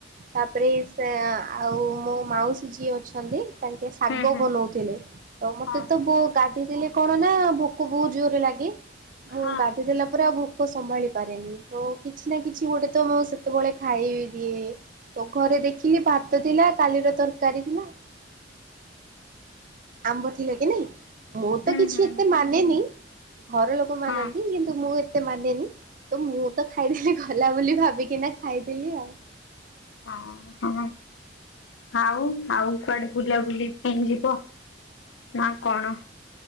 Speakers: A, on the right; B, on the left.
A: ତାପରେ ସେ ଆଁ ମୋ ମାଉସୀ ଯିଏ ଅଛନ୍ତି ତାଙ୍କେ ଶାଗ
B: ହୁଁ ହୁଁ।
A: ବନଉଥିଲେ। ତ ମତେ
B: ହଁ
A: ତ ବ ଗାଧେଇ ଦେଲେ କଣ ନା ଭୋକ ବହୁତ ଜୋରରେ ଲାଗେ ମୁଁ
B: ହଁ
A: ଗାଧେଇ ଦେଲା ପରେ ଆଉ ଭୋକ ସମ୍ଭାଳି ପାରେନି ତ କିଛି ନା କିଛି ଗୋଟେ ତ ମୁଁ ସେତବଳେ ଖାଇ ଦିଏ। ତ ଘରେ ଦେଖିଲି ଭାତ ଥିଲା କାଲିର ତରକାରୀ ଥିଲା। ଆମ୍ବ ଥିଲା କି ନାଇଁ ମୁଁ
B: ହୁଁ
A: ତ କିଛି
B: ହୁଁ।
A: ଏତେ ମାନେନି ଘର ଲୋ କ ମାନନ୍ତି
B: ହଁ
A: କିନ୍ତୁ ମୁଁ ଏତେ ମାନେନି। ତ ମୁଁ ତ ଖାଇଦେଲିି ଗଲା ବୋଲି ଭାବିକି ନା ଖାଇଦେଲି ଆଉ।
B: ହଁ ହଁ ଆଉ ଆଉ କୁଆଡେ ବୁଲାବୁଲି ପାଇଁ ଯିବ। ନାଁ କଣ